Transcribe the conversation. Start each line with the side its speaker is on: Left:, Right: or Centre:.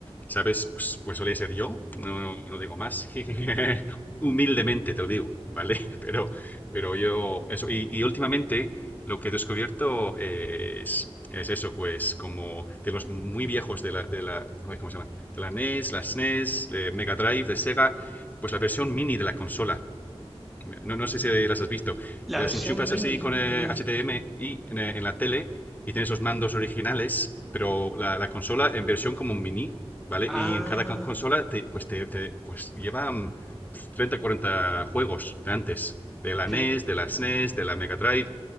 Left: ¿sabes? Pues, pues solía ser yo, no, no digo más. <laughs> Humildemente te lo digo, ¿vale? <laughs> Pero, pero yo, eso. Y, y últimamente lo que he descubierto es, es eso, pues como de los muy viejos de la, de la, ay, ¿cómo se llama? la NES, la SNES, de Mega Drive, de Sega, pues la versión mini de la consola. No, no sé si las has visto.
Centre: La
Left: Y las
Centre: versión
Left: enchufas
Centre: mini,
Left: así con eh,
Centre: no.
Left: HDMI en, eh, en la tele y tienes los mandos originales, pero la, la consola en versión como mini, ¿vale?
Centre: Ah,
Left: Y en cada consola te, pues, te, te- pues lleva mm, 30, 40 juegos de antes. De la
Centre: cre-
Left: NES, de la SNES, de la Mega Drive.